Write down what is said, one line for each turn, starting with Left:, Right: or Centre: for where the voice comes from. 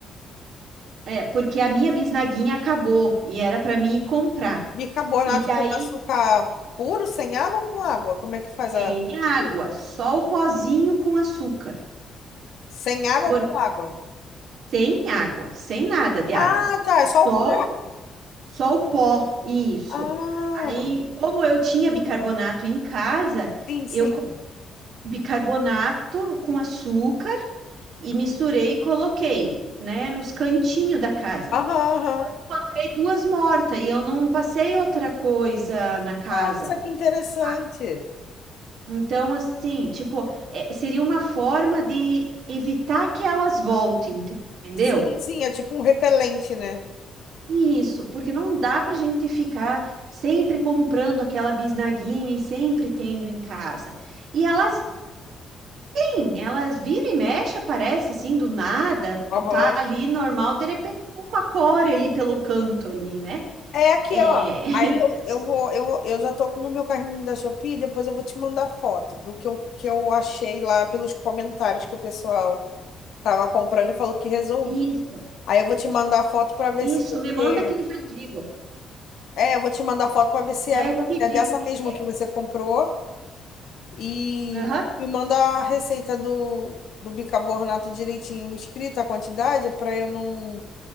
Right: É, porque a minha bisnaguinha acabou e era para mim ir comprar.
Left: Bicarbonato
Right: E daí
Left: com açúcar puro, sem água ou com água? Como é que faz
Right: tem
Left: a.
Right: água,
Left: mistura?
Right: só o pozinho com açúcar.
Left: Sem água
Right: Por,
Left: ou com água?
Right: sem água, sem nada de água.
Left: Ah, tá, é só o
Right: Só,
Left: pó.
Right: só o pó, isso.
Left: Ah,
Right: Aí, como eu tinha bicarbonato em casa,
Left: sim, sim.
Right: eu bicarbonato com açúcar e misturei e coloquei, né, nos cantinhos da casa.
Left: Aham, aham.
Right: Encontrei duas mortas e eu não passei outra coisa na casa.
Left: Nossa, que interessante.
Right: sabe? Então, assim, tipo, é, seria uma forma de evitar que elas voltem, entendeu?
Left: Sim, sim, é tipo um repelente, né?
Right: Isso, porque não dá pra gente ficar sempre comprando aquela bisnaguinha e sempre tendo em casa. E elas Sim, elas vira e mexe, aparece assim do nada, tu
Left: Aham.
Right: tá ali normal, de repente uma cora ali pelo canto ali, né?
Left: É aqui,
Right: É,
Left: ó. Aí
Right: <laughs>
Left: eu,
Right: sim,
Left: eu vou, eu, eu já tô no meu carrinho da Shopee, depois eu vou te mandar foto do que eu, que eu achei lá pelos comentários que o pessoal tava comprando e falou que resolvi.
Right: isso,
Left: Aí eu vou te mandar foto para ver
Right: isso,
Left: se você.
Right: me manda que eu já digo,
Left: É, eu vou te mandar foto para ver se
Right: né?
Left: era,
Right: Eu já te
Left: é
Right: digo
Left: dessa
Right: o que
Left: mesma
Right: que é.
Left: que você comprou. e
Right: Aham,
Left: me manda a receita do, do bicarbonato direitinho escrita, a quantidade, para eu não,